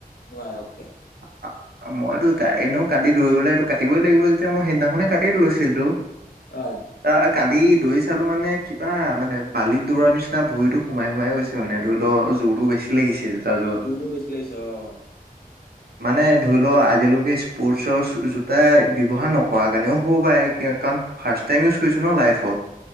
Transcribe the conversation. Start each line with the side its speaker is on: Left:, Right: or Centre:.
Left: নোৱাৰ অকে।
Right: <unintelligible> মইতো এনেও কালি দৌৰিবলৈ এইটো কাটিবই লাগিব যেতিয়া মই সেইদিনাখনে কাটি দিলোঁ চিলটো।
Left: অহ,
Right: অ, কালি দৌৰি চালো মানে কিবা মানে বালিত দৌৰাৰ নিচিনা ভৰিত, এইটো সোমাই সোমাই গৈছে মানে ধৰি ল' জোৰটো বেছি লাগিছে। জোতাযোৰত।
Left: জোৰটো বেছি লাগিছে অ'।
Right: <inaudible> মানে ধৰি ল আজিলৈকে স্পৰ্টছৰ জোতা ব্যৱহাৰ নকৰা কাৰণেও হ'ব পাৰে, কাৰণ ফাৰ্ষ্ট টাইম ইউজ কৰিছোঁ ন' লাইফত।